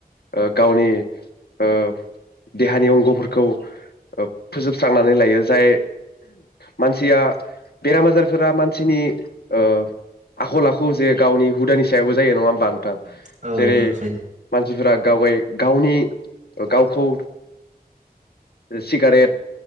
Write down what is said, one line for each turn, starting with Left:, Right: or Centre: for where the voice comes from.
Left: ओ गावनि ओ देहानि अंग'फोरखौ ओ फोजोबस्रांनानै लायो जाय मानसिया बेराम आजारफोरा मानसिनि ओ आखल आखु जे गावनि हुदानि सायावबो जायो नङा होमबा नोंथां
Right: औ
Left: जेरै
Right: उम जायो
Left: मानसिफोरा गाव गाय गावनि गावखौ सिगारेट